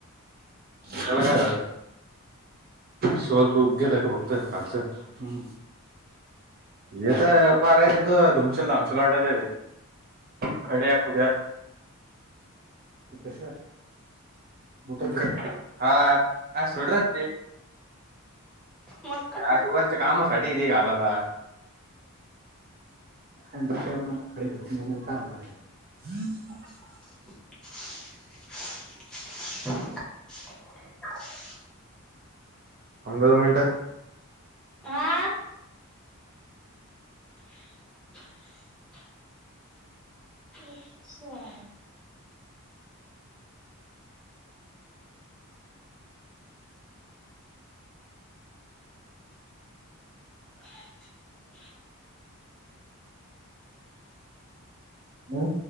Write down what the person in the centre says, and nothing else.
मग कसं
र
<inaudible>
आंऽऽ <inaudible> अच्छा. <inaudible>